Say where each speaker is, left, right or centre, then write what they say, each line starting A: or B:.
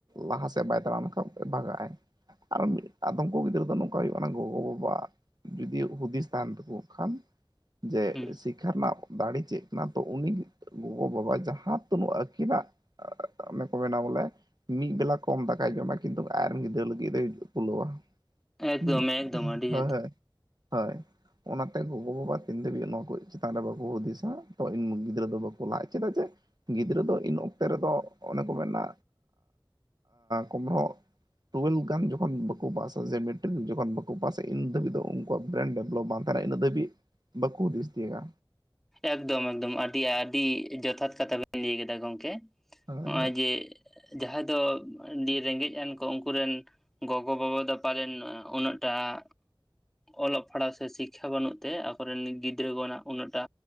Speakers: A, on the right; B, in the centre.
A: ᱞᱟᱦᱟ ᱥᱮᱫ ᱵᱟᱭ ᱛᱟᱲᱟᱢ ᱞᱮᱱᱠᱷᱟᱱ ᱵᱷᱟᱜᱟᱜᱼᱟᱭ ᱟᱨ ᱢᱤᱫ ᱟᱫᱚᱢ ᱠᱚ ᱜᱤᱫᱽᱨᱟᱹ ᱫᱚ ᱱᱚᱝᱠᱟ ᱦᱩᱭᱩᱜ ᱠᱟᱱᱟ ᱜᱚᱜᱚᱵᱟᱵᱟ ᱡᱩᱫᱤ ᱦᱩᱫᱤᱥ ᱛᱟᱦᱮᱱ ᱛᱟᱠᱚ ᱠᱷᱟᱱ ᱡᱮ
B: ᱦᱩᱸ
A: <unintelligible> ᱥᱤᱠᱷᱟ ᱨᱮᱱᱟᱜ ᱫᱟᱲᱮ ᱪᱮᱫ ᱠᱟᱱᱟ ᱛᱚ ᱩᱱᱤ ᱜᱚᱜᱚᱵᱟᱵᱟ ᱡᱟᱦᱟᱸ ᱛᱤᱱᱟ. ᱜ ᱟᱹᱠᱤᱱᱟᱜ ᱟ ᱚᱱᱮ ᱠᱚ ᱢᱮᱱᱟ ᱵᱚᱞᱮ ᱢᱤᱫ ᱵᱮᱞᱟ ᱠᱚᱢ ᱫᱟᱠᱟᱭ ᱡᱚᱢᱟ ᱠᱤᱱᱛᱩ ᱟᱡ ᱨᱮᱱ ᱜᱤᱫᱽᱨᱟᱹ ᱞᱟᱹᱜᱤᱫ ᱫᱚᱭ ᱠᱩᱞᱟᱹᱣᱟ
B: ᱮᱠᱫᱚᱢ
A: ᱦᱳᱭ
B: ᱮᱠᱫᱚᱢ ᱟᱹᱰᱤ
A: ᱦᱳᱭ
B: ᱡᱚᱛᱷᱟᱛ
A: ᱦᱳᱭ ᱚᱱᱟᱛᱮ ᱜᱚᱜᱚᱼᱵᱟᱵᱟ ᱛᱤᱱ ᱫᱷᱟᱹᱵᱤᱡ ᱱᱚᱣᱟ ᱠᱚ ᱪᱮᱛᱟᱱ ᱨᱮ ᱵᱟᱠᱚ ᱦᱩᱫᱤᱥᱟ ᱛᱚ ᱩᱱ ᱜᱤᱫᱽᱨᱟᱹ ᱫᱚ ᱵᱟᱠᱚ ᱞᱟᱦᱟᱜᱼᱟ ᱪᱮᱫᱟᱜ ᱡᱮ ᱜᱤᱫᱽᱨᱟᱹ ᱫᱚ ᱤᱱ ᱚᱠᱛᱮ ᱨᱮᱫᱚ ᱚᱱᱮ ᱠᱚ ᱢᱮᱱᱟ ᱠᱳᱢᱨᱚ ᱴᱩᱭᱮᱞᱵᱷ ᱜᱟᱱ ᱡᱚᱠᱷᱚᱱ ᱵᱟᱠᱚ ᱯᱟᱥᱟ ᱡᱮ ᱢᱮᱴᱨᱤᱠ ᱡᱚᱠᱷᱚᱱ ᱵᱟᱠᱚ ᱯᱟᱥᱟ ᱤᱱ ᱫᱷᱟᱹᱵᱤᱡ ᱫᱚ ᱟᱠᱚᱣᱟᱜ ᱵᱨᱮᱱᱰ ᱰᱮᱵᱷᱞᱚᱯ ᱵᱟᱝ ᱛᱟᱦᱮᱱᱟ ᱤᱱᱟᱹ ᱫᱷᱟᱹᱵᱤᱡ ᱵᱟᱠᱚ ᱦᱩᱫᱤᱥ ᱛᱤᱭᱟᱜᱟ
B: ᱮᱠᱫᱚᱢ ᱮᱠᱫᱚᱢ ᱟᱹᱰᱤ ᱟᱹᱰᱤ ᱡᱚᱛᱷᱟᱛ ᱠᱟᱛᱷᱟ ᱵᱤᱱ ᱞᱟᱹᱭ ᱠᱮᱫᱟ ᱜᱚᱢᱠᱮ
A: ᱦᱳᱭ
B: ᱦᱚᱜᱼᱚᱭ
A: ᱦᱳᱭ
B: ᱡᱮ ᱡᱟᱦᱟᱸᱭ ᱫᱚ ᱫᱤᱭᱟᱹ ᱨᱮᱸᱜᱮᱡ ᱟᱱ ᱠᱚ ᱩᱱᱠᱩᱨᱮᱱ ᱜᱚᱜᱚ ᱵᱟᱵᱟ ᱫᱚ ᱯᱟᱞᱮᱱ ᱩᱱᱟᱹᱜ ᱴᱟᱜ ᱚᱞᱚᱜ ᱯᱟᱲᱦᱟᱣ ᱥᱮ ᱥᱤᱠᱠᱷᱟ ᱵᱟᱹᱱᱩᱜ ᱛᱮ ᱟᱠᱚ ᱨᱮᱱ ᱜᱤᱫᱽᱨᱟᱹ ᱠᱚᱱᱟᱜ ᱩᱱᱟᱹᱜᱴᱟ